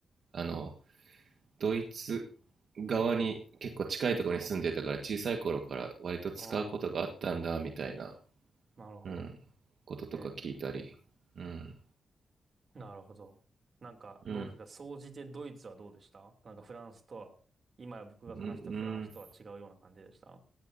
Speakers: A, on the right; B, on the right.
A: あのドイツ側に結構近いところに住んでたから小さい頃から割と使うことがあったんだみたいな、
B: ああ、なるほど。
A: うん、こととか聞いたり、
B: ええ
A: うん、
B: なるほど。なんか、どうですか総じてドイツはどうでしたなんかフランスとは、
A: うん、
B: 今僕が話したフランスとは違うような感じでした
A: うん、うん、